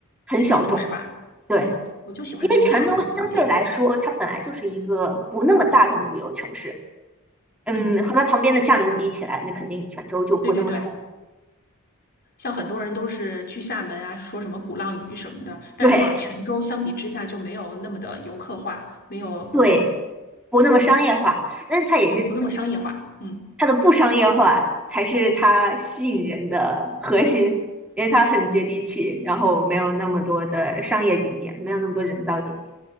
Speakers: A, in the centre; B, on the left.
A: 很小众。
B: 很小众是吧？
A: 对，
B: 嗯，我就喜欢这种小众的景点。
A: 因为泉州相对来说，它本来就是一个不那么大众的旅游城市。嗯，
B: 嗯，
A: 和它旁边的厦门比起来，那肯定泉州就不那么出，
B: 对对对，像很多人都是去厦门啊，说什么鼓浪屿什么的，但是好像泉州相比之下就没有那么的游客化，
A: 对
B: 没有，
A: 对，
B: 对，
A: 不那么商业化。但是它也是
B: 嗯，不那么商业化。嗯
A: 它的不商业化才是它吸引人的核心，因为它很接地气，然后没有那么多的商业景点，没有那么多人造景点。